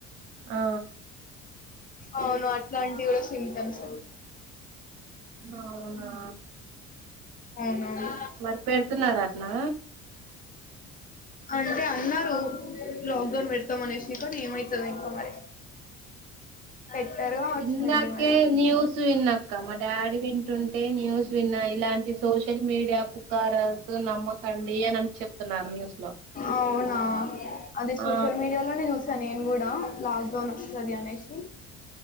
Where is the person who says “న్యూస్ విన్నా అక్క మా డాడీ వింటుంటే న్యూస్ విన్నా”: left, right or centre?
Right